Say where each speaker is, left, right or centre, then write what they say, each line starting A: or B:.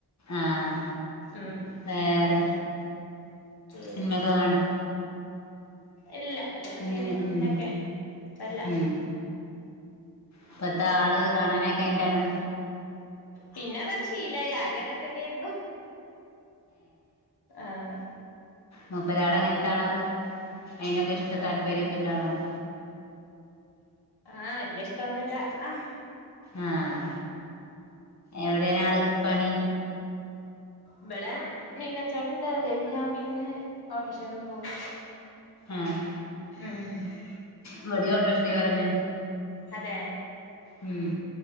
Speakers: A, on the left; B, on the left.
A: ആഹ്
B: ഉം
A: വേറെ
B: പിന്നെ
A: സിനിമയൊക്കെ കാണും
B: ഇല്ല കല്യാണം
A: സിനിമ
B: കഴിയണേന്റെ മുന്നയൊക്കെ
A: ഉം
B: പ്പ ഇല്ല
A: ഉം ഇപ്പത്തെ ആള് കാണാനായിട്ട് എന്റാണ്
B: പിന്നെ അതങ്ങ് ശീലായി ആദ്യം അങ്ങന് തന്നെയിരുന്നു ആഹ്
A: മുപ്പരാള് എങ്ങനത്തെ ആളാ അയിനൊക്കെ ഇഷ്ട താല്പര്യംഒക്കെ ള്ള ആളാണൊ
B: ആഹ് വല്യ ഇഷ്ടൊന്നുല്ല ആഹ്
A: ആഹ് എവിടെയാണ് ആള്ക്ക് പണി
B: ഇവിടെ മീൻ കച്ചവടം ഇണ്ട് അത് കഴിഞ്ഞാ പിന്നെ ഓട്ടോറിക്ഷയിൽ പോകും
A: ആഹ്
B: ഉം
A: ഇവടിം ഓട്ടറിക്ഷ ഡ്രൈവറന്നെ
B: അതേ
A: ഉം